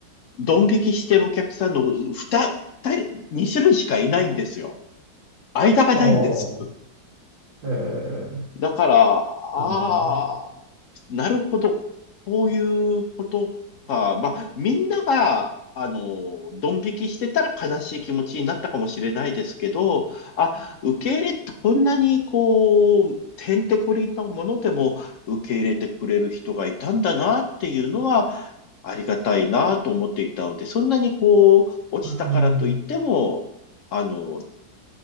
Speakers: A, on the left; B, on the right.
A: ドン引きしてるお客さんの2、二人、二種類しかいないんですよ。間がないんです。
B: ああ。ええ
A: だから、ああ、
B: なるほどね。
A: なるほど。こういうことか。まあ、みんなが、あの、ドン引きしてたら悲しい気持ちになったかもしれないですけど、あ、受け入れってこんなにこう、てんてこりんなものでも受け入れてくれる人がいたんだなっていうのは、ありがたいなと思っていたので、そんなにこう、落ちたからといっても、
B: うん、
A: あの、